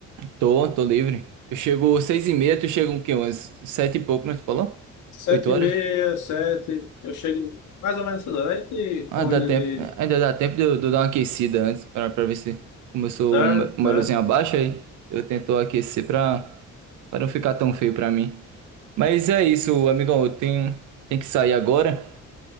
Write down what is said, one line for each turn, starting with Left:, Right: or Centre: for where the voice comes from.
Right: Tô, tô livre. Eu chego seis e meia, tu chega o quê? Umas sete e pouco, né? Tu falou?
Left: Sete
Right: Oito horas?
Left: e meia, sete. Eu chego mais ou menos essas horas. Aí
Right: Ah,
Left: te combina
Right: dá tempo.
Left: de...
Right: Ainda dá tempo de eu, de eu dar uma aquecida antes, pra, pra ver se começou
Left: Tá,
Right: uma, uma
Left: tá.
Right: luzinha baixa aí. Eu tento aquecer pra, pra não ficar tão feio pra mim. Mas é isso, amigão. Eu tenho, tenho que sair agora.